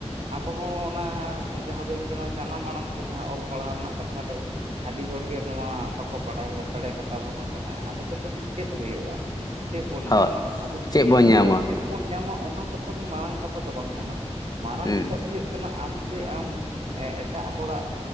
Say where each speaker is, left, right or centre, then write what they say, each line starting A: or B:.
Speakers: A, on the right; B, on the left.
A: ᱟᱵᱚ ᱦᱚᱸ ᱚᱱᱟ ᱡᱟᱦᱟᱸᱫᱚ ᱦᱩᱭᱩᱜ ᱠᱟᱱᱟ ᱡᱟᱱᱟᱢ ᱟᱲᱟᱝ ᱛᱮ ᱡᱟᱦᱟᱸ ᱚᱞ ᱯᱟᱲᱦᱟᱣ ᱨᱮᱱᱟᱜ ᱠᱟᱛᱷᱟ ᱨᱮᱼᱼ ᱟᱹᱰᱤ ᱦᱚᱲᱜᱮ ᱱᱚᱣᱟ ᱵᱟᱠᱚ ᱵᱟᱰᱟᱭ ᱦᱚ ᱫᱟᱲᱮ ᱠᱟᱛᱷᱟ ᱠᱚ ᱵᱟᱝ ᱠᱟᱱᱟ ᱟᱫᱚ ᱚᱠᱚᱭ ᱞᱟ. ᱜᱤᱫ ᱪᱮᱫ ᱦᱩᱭᱩᱜᱼᱟ? ᱪᱮᱫ ᱵᱚᱱ
B: ᱦᱳᱭ
A: ᱧᱟᱢᱟ ᱟᱫᱚ ᱪᱮᱫ
B: ᱵᱚᱱ
A: ᱦᱩᱭᱩᱜᱼᱟ
B: ᱧᱟᱢᱟ
A: ᱪᱮᱫ ᱵᱚᱱ ᱧᱟᱢᱟ ᱚᱱᱟ ᱠᱟᱛᱷᱟ ᱫᱚ ᱢᱟᱨᱟᱝ ᱠᱟᱛᱷᱟ ᱫᱚ ᱵᱟᱝ ᱠᱟᱱᱟ᱾ ᱢᱟᱨᱟᱝ
B: ᱦᱩᱸ
A: ᱠᱟᱛᱷᱟ ᱫᱚ ᱦᱩᱭᱩᱜ ᱠᱟᱱᱟ ᱟᱢ ᱡᱮ ᱟᱢ ᱮ ᱮᱴᱟᱜ ᱦᱚᱲᱟᱜ